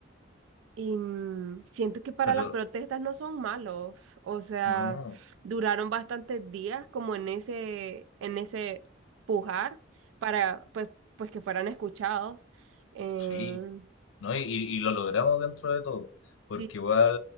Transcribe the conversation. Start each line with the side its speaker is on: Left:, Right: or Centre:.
Right: Y mm, siento que para
Left: pero
Right: las protestas no son malos, o sea,
Left: no,
Right: duraron bastantes días como en ese, en ese pujar para pues, pues que fueran escuchados. Eh,
Left: sí. ¿no? Y, y- y lo logramos dentro de todo, porque
Right: sí,
Left: igual